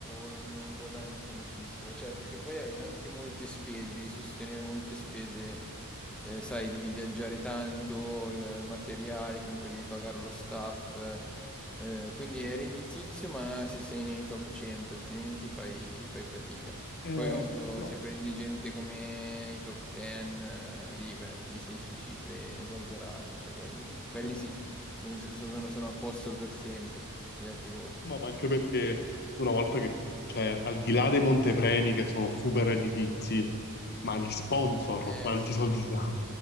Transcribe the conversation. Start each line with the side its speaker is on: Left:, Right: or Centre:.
Centre: non, non guadagni tantissimo, cioè perché poi hai anche molte spese, devi sostenere molte spese, eh, sai, devi viaggiare tanto, il, il materiale, comunque devi pagare lo staff, eh, quindi è redditizio ma se sei nei top 100, altrimenti fai, fai fatica.
Left: Eh,
Centre: Poi ovvio,
Left: no,
Centre: se prendi gente come i top 10, eh, lì, beh, lì sei su cifre esagerate, cioè quelli, quelli
Left: no,
Centre: sì,
Left: eh.
Centre: sono sono- sono a posto per sempre. Beati loro.
Left: No, ma anche perché una volta che, cioè, al di là dei montepremi che sono super redditizi, ma gli sponsor,
Centre: Eh
Left: quanti
Centre: sì,
Left: soldi ti danno?